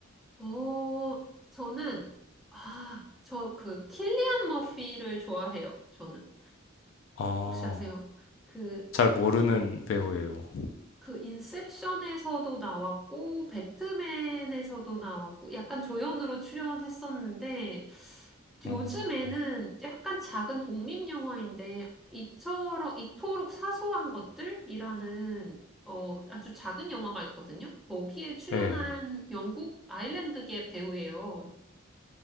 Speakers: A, in the centre; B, on the left.
A: 어, 저는, 아, 저 그 킬리안 머피를 좋아해요. 저는.
B: 아,
A: 혹시 아세요? 그
B: 잘 모르는 배우예요.
A: 그 인셉션에서도 나왔고 배트맨에서도 나왔고 약간 조연으로 출연했었는데
B: 어,
A: 요즘에는 약간 작은 독립 영화인데 이처럼 이토록 사소한 것들이라는 어 아주 작은 영화가 있거든요. 거기에 출연한
B: 네.
A: 영국 아일랜드계 배우예요.